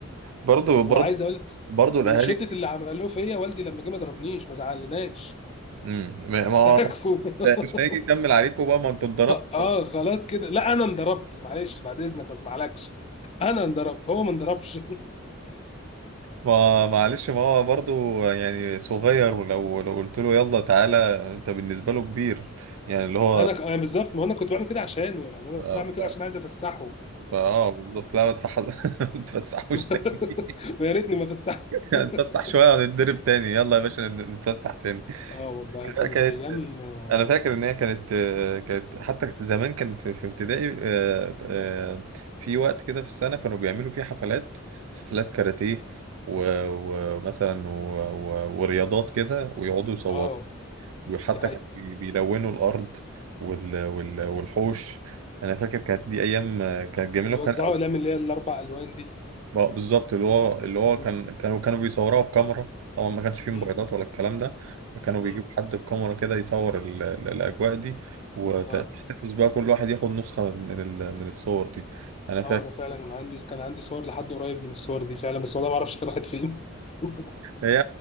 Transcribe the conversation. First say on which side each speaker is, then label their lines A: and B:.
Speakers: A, on the right; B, on the left.
A: برضو
B: وعايز
A: برضو
B: اقول لك
A: برضو الاهالي
B: من شده اللي عملوه فيا والدي لما جه ما ضربنيش ما زعلناش
A: امم ما
B: استكفوا
A: ما هو مش هيجي يكمل
B: <laughs>
A: عليكم بقى ما انتوا اتضربتوا
B: اه آه، خلاص كده لا انا انضربت معلش بعد اذنك ما اسمعلكش انا انضربت هو ما انضربش <laughs>
A: ما معلش ما هو برضو يعني صغير ولو لو قلت له يلا تعالى انت بالنسبة له كبير يعني اللي هو
B: انا ك- أنا بالظبط ما انا كنت بعمل كده عشانه يعني انا
A: ف-
B: بعمل كده
A: ف-
B: عشان عايز افسحه
A: فاه بالظبط لا ما تفح- <laughs> ما تفسحوش
B: <laughs>
A: تاني
B: ويا ريتني ما فسحت
A: <laughs> نتفسح
B: <laughs>
A: شوية ونتدرب تاني يلا يا باشا نت- نتفسح تاني
B: اه والله
A: <laughs>
B: كانت
A: لا، كانت
B: ايام اه
A: انا فاكر ان هي كانت آه، كانت حتى زمان كان في في ابتدائي آه، آه، في وقت كده في السنه كانوا بيعملوا فيه حفلات حفلات كاراتيه و- ومثلا و- و- ورياضات كده ويقعدوا يصوروا
B: آه،
A: وحتى
B: دي حقيقة
A: كانوا بي- بيلونوا الارض وال- وال- والحوش انا فاكر كانت دي ايام آه، كانت جميله
B: ويوزعوا
A: وكان
B: اقلام اللي هي الاربع الوان دي
A: بقى- بالظبط اللي هو اللي هو
B: مم،
A: كان كانوا كانوا بيصوروها بكاميرا طبعا ما كانش فيه
B: مم،
A: موبايلات ولا الكلام ده فكانوا بيجيب
B: مم.
A: حد بكاميرا كده يصور ال... ال- الاجواء دي وتحتفظ
B: اه
A: بقى كل واحد ياخد نسخة من ال... من الصور دي انا فاكر
B: اه انا فعلا كان عندي كان عندي صور لحد قريب من الصور دي فعلا بس والله ما اعرفش راحت فين <laughs>
A: هي